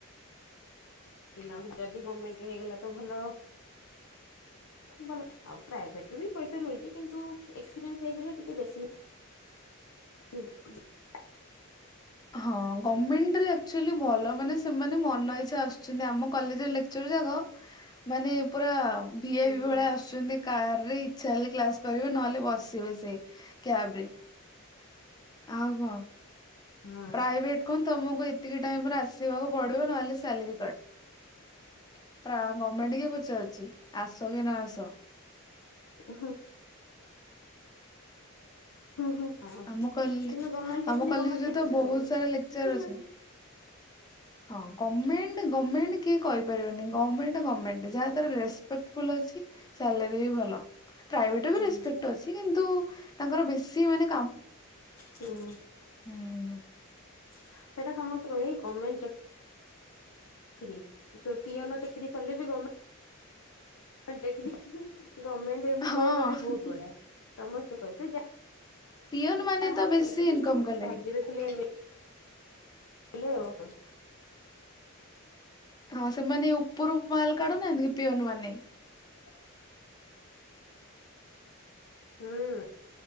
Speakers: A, on the left; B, on the left.
A: <inaudible> ପିଲାଙ୍କୁ ଯଦି ଗମେଣ୍ଟ ହେଇଗଲା ତ ଭଲ <inaudible> ଭଲ ଆଉ ପ୍ରାଇଭେଟ ଉରହଫ୍ଔଉଓବି ପଇସା ମିଳୁଛି। କିନ୍ତୁ ଏକ୍ସପିରିଏନ୍ସ ହେଇଗଲେ ଟିକେ ବେଶୀ <unintelligible>
B: ହଁ ଗଭମେଣ୍ଟରେଚୁଲି ଭଲ ମାନେ ସେମାନେ ମନ ଇଚ୍ଛା ଆସୁଛନ୍ତି। ଆମ କଲେଜ ଲେକ୍ଚର ଯାକ ମାନେ ପୁରା ଭିଆଇବି
A: ହୁଁ
B: ଭଳିଆ ଆସୁଛନ୍ତି। କାର ରେ ଇଛା ହେଲେ କ୍ଲାସ କରିବେ ନହେଲେ ବସିବେ ସେ କ୍ୟାବ ରେ ଆଉ କଣ?
A: ହୁଁ।
B: ପ୍ରାଇଭେଟ କଣ ତମକୁ ଏତିକି ଟାଇମରେ ଆସିବାକୁ ପଡିବ ନହଲେ ସାଲାରି କଟ <inaudible> ଗମେଣ୍ଟ କିଏ ପଚାରୁଛି ଆସ କି ନଆସ । ତ
A: ହଁ। ହୁଁ ହୁଁ ହଁ
B: ଆମ କଲେ
A: କିନ୍ତୁ ଗମେଣ୍ଟ ଚାକିରୀ
B: ଆମ କଲେଜରେ
A: ଗମେଣ୍ଟ ଚାକିରି
B: ତ ବହୁତ
A: ଆଉ।
B: ସାରା ଲେକ୍ଚର ଅଛନ୍ତି। ହଁ। ଗମେଣ୍ଟ ଗମେଣ୍ଟ କିଏ କହିପାରିବନି । ଗମେଣ୍ଟ ଗମେଣ୍ଟ ଯାହାଦ୍ୱାରା ରେସପେକ୍ଟଫୁଲ୍ ଅଛି ସାଲାରୀ ବି ଭଲ। ପ୍ରାଇଭେଟ ବି
A: ହୁଁ
B: ରେସପେକ୍ଟ ଅଛି କିନ୍ତୁ ତାଙ୍କର ବେଶୀ ମାନେ
A: ହୁଁ।
B: ଉଁ ହୁଁ।
A: ହ ସେଇଟା ସମସ୍ତେ କହିବେ ଏଇ ଗମେଣ୍ଟ ଚାକି <inaudible> ଚାକିରୀ ଯୋଉ ପିଅନ ଚାକିରି କଲେ ବି <inaudible> ଗର୍ମେଣ୍ଟ ଚାକିରୀ। ଗମେଣ୍ଟ ଏପ୍ଲୋଇ
B: ହଁ
A: ମାନେ ବହୁତ ବଢିଆ ସମସ୍ତେ କହିବେ ସେ ଯାହା
B: ପିଅନ ମାନେ
A: ଯାହା
B: ତ
A: ବି
B: ବେଶୀ
A: ଚାକିରି
B: ଇନକମ
A: କିନ୍ତୁ
B: କଲେଣି।
A: ଭାଗ୍ୟରେ ଥିଲେ ହାଲୋ। <inaudible>
B: ହଁ ସେମାନେ ଉପରୁ ମାଲ କାଢୁନାହାଁନ୍ତି କି ପିଅନ ମାନେ
A: ହ ହୁଁ।